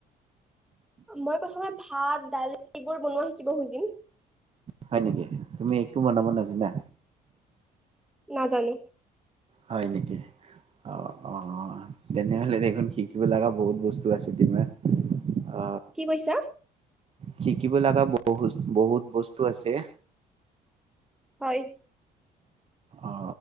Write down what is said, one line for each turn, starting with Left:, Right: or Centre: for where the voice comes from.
Centre: মই প্ৰথমে ভাত দালি এইবোৰ বনোৱা শিকিব খুজিম।
Right: হয় নেকি তুমি একো বনাব নাজানা
Centre: নাজানো।
Right: হয় নেকি অ অ তেনেহলে দেখোন শিকিব লগা বহুত বস্তু আছে তোমাৰ অ
Centre: কি কৈছা
Right: শিকিব লগা বহুত বহুত বস্তু আছে।
Centre: হয়।
Right: অ